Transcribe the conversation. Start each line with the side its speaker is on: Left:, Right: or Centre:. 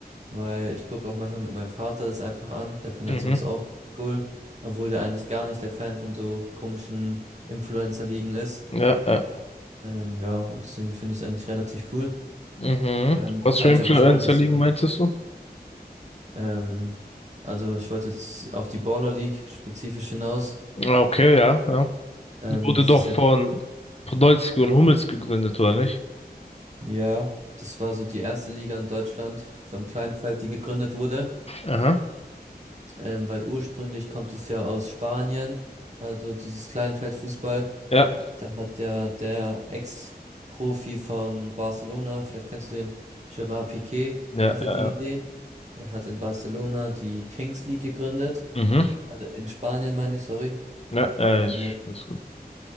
Right: weil ich gucke auch manchmal mit meinem Vater das einfach an, der findet
Left: mhm,
Right: sowas auch cool, obwohl der eigentlich gar nicht der Fan von so komischen Influencer-Ligen ist.
Left: ja, ja,
Right: Ähm, ja, und deswegen finde ich es eigentlich relativ cool.
Left: mhm.
Right: Ähm, du
Left: Was
Right: kannst
Left: für Influencer
Right: ja wahrscheinlich
Left: liegen,
Right: so
Left: meintest du?
Right: Ähm, also ich wollte jetzt auf die Baller League spezifisch hinaus.
Left: Ja, Okay, ja, ja.
Right: Ähm,
Left: Die wurde
Right: das
Left: doch
Right: ist ja,
Left: von Podolski und Hummels gegründet, oder nicht?
Right: ja, das war so die erste Liga in Deutschland vom Kleinfeld, die gegründet wurde.
Left: Aha.
Right: Ähm, weil ursprünglich kommt es ja aus Spanien, also dieses Kleinfeldfußball.
Left: Ja,
Right: Da hat ja der Ex-Profi von Barcelona, vielleicht kennst du den, Gerard Piqué,
Left: ja,
Right: hatte
Left: ja,
Right: die
Left: ja.
Right: Idee und hat in Barcelona die Kings League gegründet.
Left: Mhm.
Right: Also in Spanien meine ich, sorry.
Left: Ja, ja,
Right: Äh,
Left: ich weiß gut.